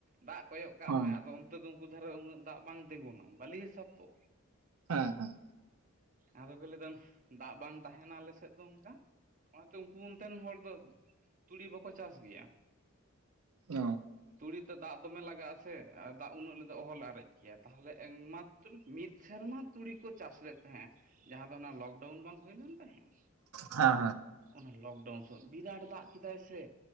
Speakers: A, on the right; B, on the right.
A: ᱫᱟᱜ ᱠᱚᱭᱚᱜ ᱠᱟᱜ
B: ᱦᱚᱸ
A: ᱢᱮ ᱟᱫᱚ ᱚᱱᱛᱮ ᱫᱚ ᱩᱱᱠᱩ ᱫᱷᱟᱨᱮ ᱩᱱᱟᱹᱜ ᱫᱟᱜ ᱵᱟᱝ ᱛᱤᱸᱜᱩᱱᱟ ᱵᱟᱹᱞᱤ ᱦᱟᱥᱟ ᱛᱚ᱾
B: ᱦᱮᱸ, ᱦᱮᱸ᱾
A: ᱟᱫᱚ ᱠᱚ ᱞᱟᱹᱭᱫᱟᱢ ᱫᱟᱜ ᱵᱟᱝ ᱛᱟᱦᱮᱱᱟ ᱟᱞᱮ ᱥᱮᱫ ᱫᱚ ᱚᱱᱠᱟ ᱚᱱᱟᱛᱮ ᱩᱱᱠᱩ ᱚᱱᱛᱮᱱ ᱦᱚᱲ ᱫᱚ ᱛᱩᱲᱤ ᱵᱟᱠᱚ ᱪᱟᱥ ᱜᱮᱭᱟ᱾
B: ᱚᱸ,
A: ᱛᱩᱲᱤ ᱛᱮ ᱫᱟᱜ ᱫᱚᱢᱮ ᱞᱟᱜᱟᱜᱼᱟ ᱥᱮ ᱫᱟᱜ ᱩᱱᱟᱹᱜ ᱨᱮ ᱚᱦᱚᱞᱮ ᱟᱨᱮᱡ ᱠᱮᱭᱟ ᱛᱟᱦᱚᱞᱮ ᱢᱟ ᱢᱤᱫ ᱥᱮᱨᱢᱟ ᱛᱩᱲᱤ ᱠᱚ ᱪᱟᱥ ᱞᱮᱫ ᱛᱟᱦᱮᱸ, ᱡᱟᱦᱟᱸ ᱫᱚ ᱚᱱᱟ ᱞᱚᱠᱰᱟᱣᱩᱱ ᱵᱟᱝ ᱦᱩᱭᱞᱮᱱ ᱛᱟᱦᱮᱸ᱾
B: ᱦᱮᱸ
A: ᱚᱱᱟ ᱞᱚᱠᱰᱟᱣᱩᱱ ᱥᱮ ᱵᱤᱨᱟᱴ ᱫᱟᱜ ᱠᱮᱫᱟᱭ ᱥᱮ